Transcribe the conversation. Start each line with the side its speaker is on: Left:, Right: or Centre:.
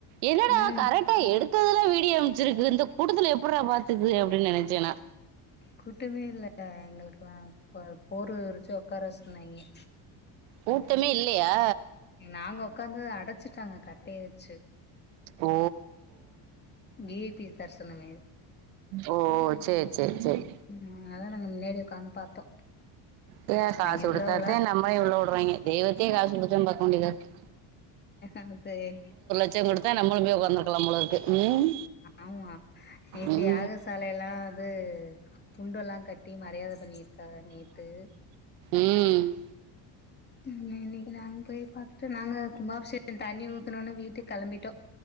Right: என்னடா
Left: ம்
Right: கரெக்ட் ஹேய் எடுத்ததுல்லா வீடியோ அம்சிருக்குது இந்த கூட்டத்துல எப்புட்ரா பாத்துச்சு அப்டின்னு நெனச்சே நா
Left: கூட்டமே இல்ல எங்களுக்கெல்லா ஒரு போர்வ விரிச்சு உக்கார வச்சிருந்தாய்ங்கே
Right: கூட்டமே இல்லையா
Left: நாங்க உக்காந்தத அடச்சிட்டாங்க கட்டய வச்சு
Right: ஓ
Left: வி ஐ பி தரிசனமே
Right: ஓ சேரி சேரி சேரி
Left: ம் அதா நாங்க முன்னேடியே ஒக்காந்து பாத்தோ
Right: தேவ காசுடுத்தாத்தே
Left: அங்க உள்ளவல்லா
Right: நம்மளேயு உள்ள வுடுறாய்ங்க தெய்வத்தேயே காசு குடுத்துதா பாக்கவேண்டியதாருக்கு
Left: அ சேரி
Right: ச்சம் கொடுத்தா நம்மளும் போய் உக்காந்துருக்கலாம் போலருக்கு ம்
Left: ஆமா நேத்து
Right: ம்
Left: யாகசால எல்லா இதூ துண்டெல்லா கட்டி மரியாத பண்ணியிருக்காக நேத்து
Right: உம்
Left: உம் இன்னக்கி நாங் போய் பாத்துட்டு நாங்களு கும்பாபிஷேம் தண்ணி ஊத்துணோனே வீட்டுக் கெளம்பிட்டோ